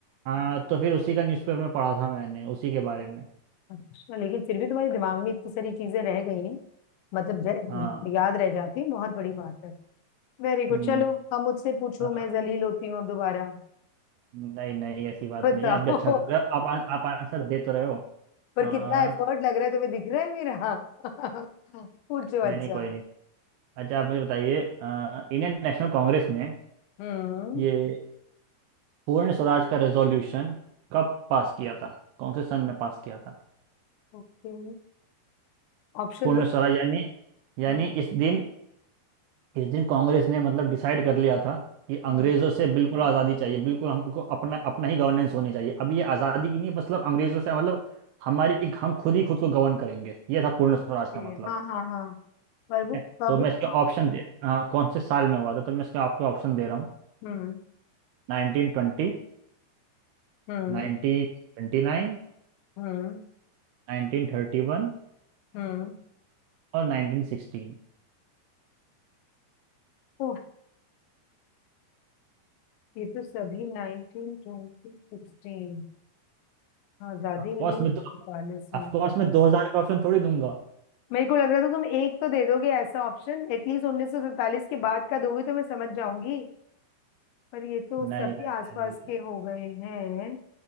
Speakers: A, on the right; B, on the left.
A: हाँ तो फिर उसी का न्यूज़पेपर में पढ़ा था मैंने उसी के बारे में
B: अच्छा लेकिन फिर भी तुम्हारे दिमाग में इतनी सारी चीजें रह गई हैं मतलब रह,
A: हाँ
B: याद रह जाती है बहुत बड़ी बात है वेरी गुड
A: हम्म,
B: चलो अब मुझसे पूछो
A: हाँ
B: मैं जलील होती हूँ अब दोबारा
A: नहीं नहीं ऐसी बात
B: बताओ
A: नहीं है आप भी अच्छा कर रहे हो आप आ- आप आंसर दे तो रहे हो
B: <laughs> पर
A: आ,
B: कितना एफर्ट लग रहा है तुम्हें दिख रहा है मेरा <laughs> पूछो
A: नहीं
B: अच्छा
A: नहीं कोई नहीं अच्छा आप मुझे बताइए आ, इंडियन नेशनल कांग्रेस ने
B: हम्म
A: ये पूर्ण स्वराज का रेजोल्यूशन कब पास किया था कौन से सन में पास किया था
B: ओके ऑप्शन
A: पूर्ण
B: दो
A: स्वराज यानी यानी
B: हम्म
A: इस दिन इस दिन कांग्रेस ने मतलब डिसाइड कर लिया था कि अंग्रेजों
B: हम्म,
A: से बिल्कुल आज़ादी चाहिए बिल्कुल हमको अपना अपना ही गवर्नेंस होनी चाहिए अब ये आज़ादी की नहीं है, मतलब अंग्रेजों से मतलब हमारी हम खुद ही खुद को गवर्न करेंगे ये था पूर्ण स्वराज
B: okay,
A: का मतलब
B: हाँ हाँ हाँ पर
A: ठीक
B: वो
A: है
B: कब
A: तो मैं
B: था
A: इसके ऑप्शन दे हाँ, कौन से साल में हुआ था तो मैं इसके आपको ऑप्शन दे रहा हूँ
B: हम्म
A: nineteen twenty
B: हम्म
A: nineteen twenty nine
B: हम्म
A: nineteen thirty one
B: हम्म
A: और नाइनटीन सिक्सटीन
B: ओह ये तो सभी नाइनटीन ट्वेंटी सिक्सटीन आजादी
A: ऑफकोर्स
B: मिली
A: मैं
B: है 47
A: दो
B: में
A: ऑफकोर्स मैं दो हजार का ऑप्शन थोड़ी दूंगा
B: मेरे को लग रहा था तुम एक तो दे दोगे ऐसा ऑप्शन एटलीस्ट उन्नीस सौ सैंतालीस के बाद का दोगे तो मैं समझ जाऊंगी पर ये तो
A: नहीं
B: सभी
A: नहीं
B: आसपास
A: नहीं
B: के हो गए हैं